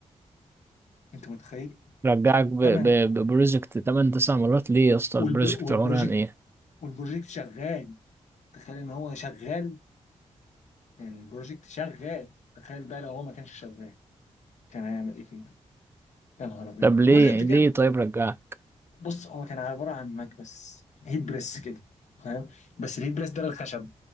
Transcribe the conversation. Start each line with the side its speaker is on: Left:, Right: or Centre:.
Left: انت متخيل
Right: رجعك ب-
Left: 8
Right: ب- ببروجكت 8 9 مرات ليه يا اسطى
Left: والبروجكت
Right: البروجكت عباره عن ايه
Left: والبروجكت شغال تخيل ان هو شغال البروجكت شغال تخيل بقى لو هو ما كانش شغال كان هيعمل ايه فيه يا نهار ابيض
Right: طب ليه
Left: البروجكت كان
Right: ليه طيب رجعك
Left: بص هو كان عباره عن مكبس هيت بريس كده فاهم بس الهيت بريس ده للخشب